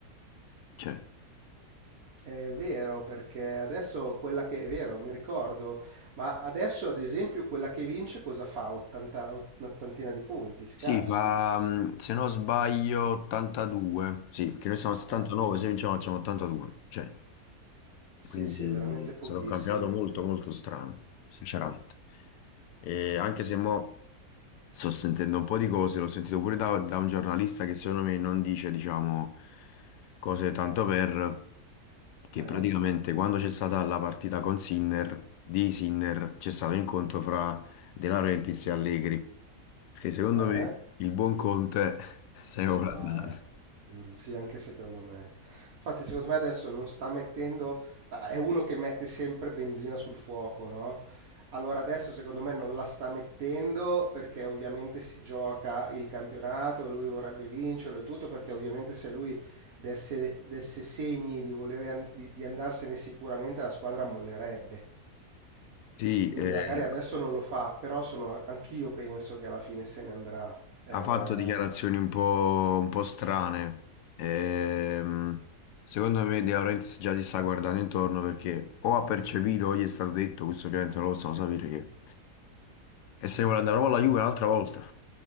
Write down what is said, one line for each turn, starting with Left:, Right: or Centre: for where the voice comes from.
Left: Cioè,
Right: È vero, perché adesso quella che è vero, mi ricordo, ma adesso ad esempio quella che vince cosa fa? 80, ot- un'ottantina di punti, scarsi.
Left: sì, fa, mm, se non sbaglio, 82. Sì, che noi siamo a 79,
Right: Eh,
Left: se vinciamo facciamo 82. Cioè,
Right: sì,
Left: quindi
Right: sì, è veramente pochissimo.
Left: è stato un campionato molto molto strano, sinceramente. E anche se mo sto sentendo un po' di cose, l'ho sentito pure da, da un giornalista che secondo me non dice, diciamo, cose tanto per, che
Right: Eh?
Left: praticamente quando c'è stata la partita con Sinner, di Sinner, c'è stato un incontro fra De Laurentiis e Allegri, perché secondo
Right: Eh?
Left: me il buon Conte <laughs> se
Right: Se
Left: ne può
Right: ne va,
Left: andare.
Right: eh. Mm, sì, anche secondo me. Infatti, secondo me adesso non sta mettendo... bah, è uno che mette sempre benzina sul fuoco, no? Allora adesso secondo me non la sta mettendo perché ovviamente si gioca il campionato e lui vorrebbe vincerlo e tutto perché ovviamente se lui desse, desse segni di, volere an- di, di andarsene sicuramente la squadra mollerebbe.
Left: Sì,
Right: Quindi
Left: eh,
Right: magari adesso non lo fa, però sono, anch'io penso che alla fine se ne andrà. Eh,
Left: ha fatto dichiarazioni un po', un po' strane. Ehm, secondo me De Laurentiis già si sta guardando intorno perché o ha percepito o gli è stato detto, questo ovviamente non lo possiamo sapere, che e se ne vuole andare proprio alla Juve un'altra volta.